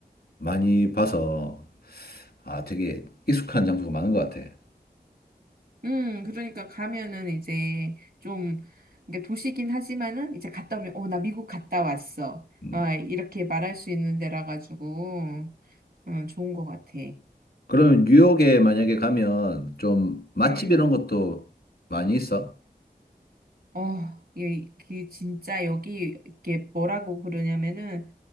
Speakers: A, on the left; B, on the right.
A: 많이 봐서 아, 되게 익숙한 장소가 많은 것 같아.
B: 음, 그러니까 가면은 이제 좀, 그러니까 도시긴 하지만은 이제 갔다 오면, 어, 나 미국 갔다 왔어.
A: 음.
B: 아, 이렇게 말할 수 있는 데라 가지고, 어, 좋은 것 같아.
A: 그러면 뉴욕에 만약에 가면 좀 맛집
B: 음.
A: 이런 것도 많이 있어?
B: 어, 이, 이 진짜 여기 이게 뭐라고 그러냐면은